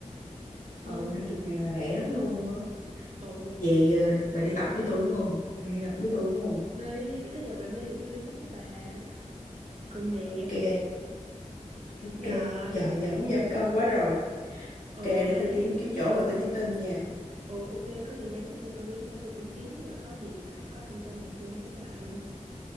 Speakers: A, on the right; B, on the left.
A: Ừ,
B: ừ, 50 ngàn là rẻ lắm luôn á
A: ồ
B: Vậy ờ, bà đi tập với tôi đúng không? Bà đi tập với tôi đúng không?
A: đi Thế giờ bà đi thì tôi đi chung với bà Cũng đẹp
B: Ok, ok.
A: Rồi
B: Trời, giờ muốn giảm cân quá rồi.
A: Ồ
B: Ok, để
A: ráng
B: tôi tìm kiếm chỗ rồi tôi nhắn tin nha.
A: Ừ ok có gì nhắn lên cho tôi biết nha Tôi cũng kiếm rồi có gì mà có thông tin thì tôi nhắn cho bà luôn